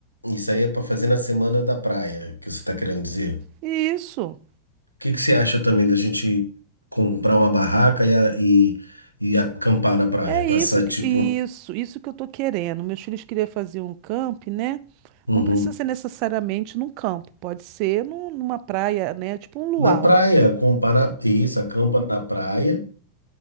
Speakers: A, on the left; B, on the right.
A: isso aí é para fazer na semana da praia, que você tá querendo dizer. O
B: Isso.
A: que que você acha também da gente comprar uma barraca e, a- e, e acampar na praia,
B: É
A: passar
B: isso, que-
A: tipo,
B: isso, isso que eu tô querendo. Meus filhos queriam fazer um camp, né?
A: uhum.
B: Não precisa ser necessariamente num campo, pode ser num- numa praia, né? Tipo um luau.
A: Na praia, acampar na, isso, acampa na praia.